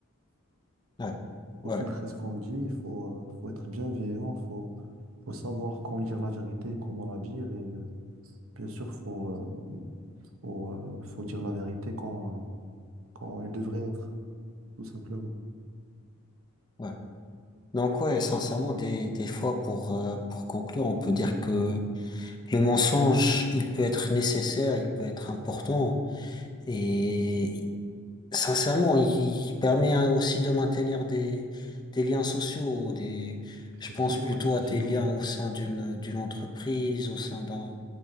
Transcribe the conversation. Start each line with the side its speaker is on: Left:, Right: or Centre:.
Left: ouais,
Right: Faut
Left: ouais.
Right: filtrer ce qu'on dit, il faut, euh, faut être bienveillant, faut, faut savoir quand dire la vérité, comment la dire, et, euh, Bien sûr, faut, euh, Faut, euh, faut dire la vérité quand, quand elle devrait être, tout simplement.
Left: ouais. Donc ouais, sincèrement, des, des fois, pour, euh, pour conclure, on peut dire que le mensonge, il peut être nécessaire, il peut être important, et sincèrement, il, il permet hein, aussi de maintenir des, des liens sociaux, des,
Right: Effectivement,
Left: je pense plutôt
Right: effectivement.
Left: à des liens au sein d'une, d'une entreprise, au sein d'un,